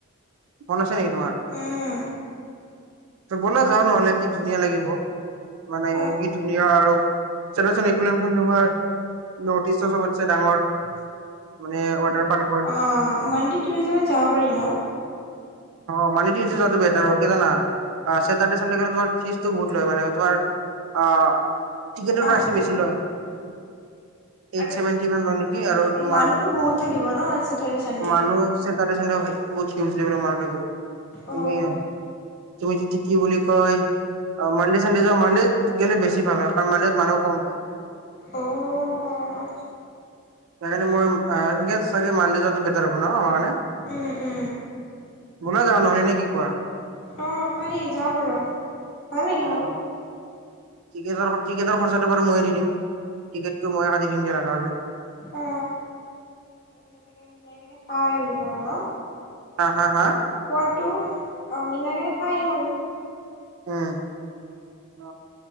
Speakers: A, on the right (about 75°); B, on the left (about 50°).
A: মন আছে নেকি তোমাৰ?
B: উম,
A: ত বলা যাও নহলে কি ধুনীয়া লাগিব মানে
B: অ',
A: কি ধুনীয়া আৰু চনা চোন এৰুপ্লেণ অ তোমাৰ নৰ্থ ইষ্টৰ চবতছে ডাঙৰ মানে ৱাটাৰ পাৰ্কৰ হয়।
B: অ মন্দি টুৰিজত যাব পাৰি ন?
A: অ মানে যি হৈছে যোৱাটো বেটাৰ হব কি জানা? আ চেটাৰ্ডে ছানডে তোমাৰ ফিজটো বহুত লয় মানে তোমাৰ অ টিকেটৰ
B: আচ্ছা
A: প্ৰাইচটো বেছি লয়। এইট
B: আৰু
A: ছেভেনটি মান লয় নেকি আৰু তোমাৰ
B: মানুহো বহুত থাকিব ন চেটাৰডে চানডে
A: মানুহ চেটাৰ্ডে ছানডে ৰখী <inaudible> বুিউজ মান থাকিব
B: অ',
A: তুমি ইয়াত তুমি যদি কি বুলি কয়? অ মানডে চানডে যোৱা মানডেত গেলে বেছি ভাল হয় কাৰণ মানডেত মানুহ কম পায়।
B: অ আচ্ছা।
A: সেইকাৰণে মই আ এই চাগে মানডে যোৱাটো বেটাৰ হ'ব ন আমাৰ কাৰণে?
B: উম উম।
A: বলা যাওঁ নহয় নে কি কোৱা?
B: অ পাৰি যাওঁ বলক, ভাল লাগিব।
A: অ টিকেটৰ খৰচাটো বাৰু মইয়ে দিম টিকেটটো মইয়ে কাটি দিম দিয়া লগা হ'লে।
B: অ, হয় বাৰু ন।
A: হা হা হা।
B: পোৱাতো অ মিলাই কেনে খাই‌ আহিম আৰু
A: উম অ